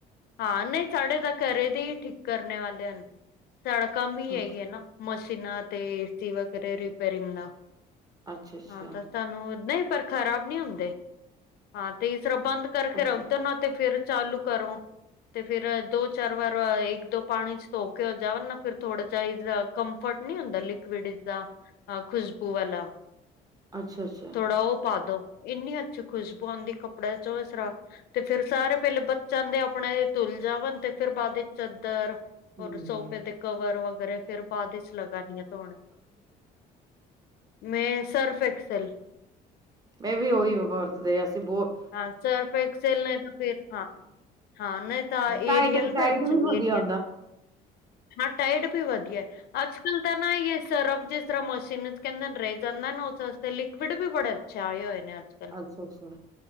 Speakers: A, on the left; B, on the right.
A: ਹਾਂ ਨਹੀਂ ਸਾਡੇ ਤਾਂ ਘਰੇ ਦੇ ਹੀ ਠੀਕ ਕਰਨੇ ਵਾਲੇ ਹਨ, ਸਾਡਾ ਕੰਮ ਹੀ ਇਹੀ
B: ਅੱਛਾ
A: ਏ ਨਾ ਮਸ਼ੀਨਾਂ ਤੇ, ਏ ਸੀ ਵਗੈਰੇ, ਰ ਰਿਪੇਰਿੰਗ ਦਾ,
B: ਅੱਛਾ ਅੱਛਾ
A: ਹਾਂ ਤਾਂ ਸਾਨੂੰ ਨਹੀਂ ਪਰ ਖ਼ਰਾਬ ਨੀ ਹੁੰਦੇ, ਹਾਂ ਤੇ ਇਸ ਤਰ੍ਹਾਂ ਬੰਦ ਕਰਕੇ
B: ਅੱਛਾ
A: ਰ ਤੇ ਨਾ ਤਾਂ ਫਿਰ ਚਾਲੂ ਕਰੋ ਤੇ ਫੇਰ ਦੋ- ਚਾਰ ਵਾਰ ਇੱਕ- ਦੋ ਪਾਨੀ ਚ ਧੋ ਕੇ ਹੋ ਜਾਵਨ ਨਾ ਫਿਰ ਥੋੜਾ ਜਿਹੀ ਕਮਫਰਟ ਨਹੀਂ ਹੁੰਦਾ ਲੀਕਵਿਡ ਜਿੱਦਾ, ਖੁਸ਼ਬੂ ਵਾਲਾ
B: ਅੱਛਾ ਅੱਛਾ
A: ਥੋੜਾ ਉਹ ਪਾ ਦੋ। ਇੰਨੀ ਅੱਛੀ ਖੁਸ਼ਬੂ ਆਉਂਦੀ ਕੱਪੜਿਆਂ 'ਚੋਂ, ਤੇ ਫੇਰ ਸਾਰੇ ਪਹਿਲੇ ਬੱਚਿਆਂ ਦੇ ਹੁਣੇ ਇਹ ਧੁਲ ਜਾਵਣ, ਤੇ ਫਿਰ ਬਾਅਦ ਵਿੱਚ ਚਾਦਰ ਹੋਰ
B: ਹਮ
A: ਸੋਫੇ ਦੇ ਕਵਰ ਵਗੈਰਾ ਫੇਰ ਬਾਅਦ ਵਿੱਚ ਲਗਾਨੀ ਆ ਧੋਣ। ਮੈਂ ਸਰਫ ਐਕਸਲ।
B: ਮੈਂ ਵੀ ਉਹੀ ਵਰਤਦੇ ਅਸੀਂ ਬਹੁਤ।
A: ਹਾਂ ਸਰਫ ਐਕਸਲ ਤਾਂ ਫਿਰ ਹਾਂ। ਹਾਂ ਨਹੀਂ ਤਾਂ
B: ਟਾਈਡ
A: ਏਰੀਅਲ
B: ਟਾਈਡ
A: ਵੀ ਅੱਛਾ
B: ਵਧੀਆ
A: ਏਰੀਅਲ।
B: ਹੁੰਦਾ
A: ਹਾਂ ਟਾਇਡ ਵੀ ਵਧੀਆ। ਅੱਜ ਚਲ ਨਾ ਯ ਸਰਫ ਜਿਸ ਤਰ੍ਹਾਂ ਮਸ਼ੀਨ ਚ ਕੇੰਦਾ ਰਹਿ ਜਾਂਦਾ ਨਾ ਉਹਤੇ ਲਿਕਵਿਡ ਵੀ ਬੜਾ। ਛਾਏ ਹੋਏ ਨੇ ਅੱਜ।
B: ਅੱਛਾ- ਅੱਛਾ।